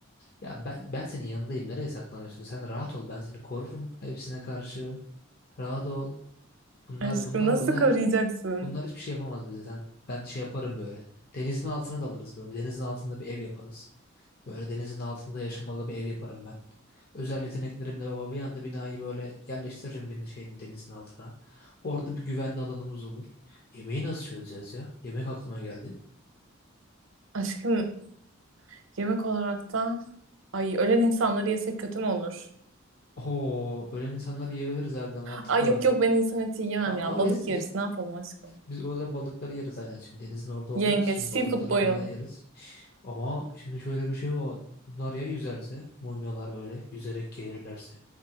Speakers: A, on the left (about 50°); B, on the right (about 65°).
A: Ya ben, ben senin yanındayım. Nereye saklanıyorsun? Sen rahat ol. Ben seni korurum hepsine karşı. Rahat ol. Bunlar
B: Aşkım
A: bunlara
B: nasıl
A: bunlar
B: koruyacaksın?
A: bunlar hiçbir şey yapamaz bize. Sen ben şey yaparım böyle. Denizin altına dalarız böyle. Denizin altında bir ev yaparız. Böyle denizin altında yaşamalı bir ev yaparım ben. Özel yeteneklerimle baba bir anda binayı böyle yerleştiririm bir şeyin denizin altına. Orada bir güvenli alanımız olur. Yemeği nasıl çözeceğiz ya? Yemek aklıma geldi.
B: Aşkım yemek olarak da ay ölen insanları yesek kötü mü olur?
A: Oo, ölen insanları yiyebiliriz harbiden mantıklı
B: Ay
A: bak.
B: yok yok ben insan eti yiyemem
A: A-
B: ya.
A: Ama
B: Balık
A: biz,
B: yeriz ne yapalım aşkım?
A: biz orada balıkları yeriz aynen. Şimdi denizin orada olacağımız
B: Yengeç,
A: için
B: seafood
A: balıkları
B: boyalı
A: falan yeriz. Ama şimdi şöyle bir şey var. Bunlar ya yüzerse, mumyalar böyle yüzerek gelirlerse.